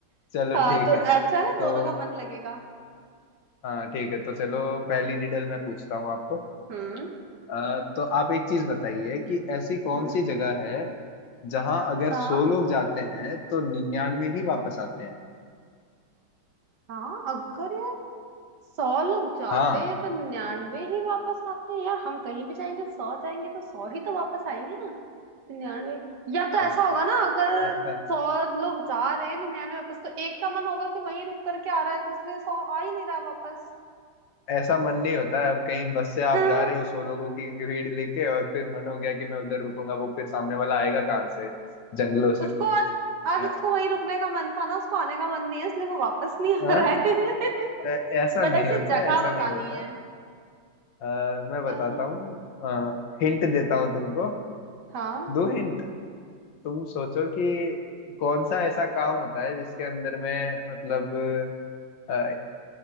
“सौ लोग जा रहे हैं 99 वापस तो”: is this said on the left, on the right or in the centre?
Right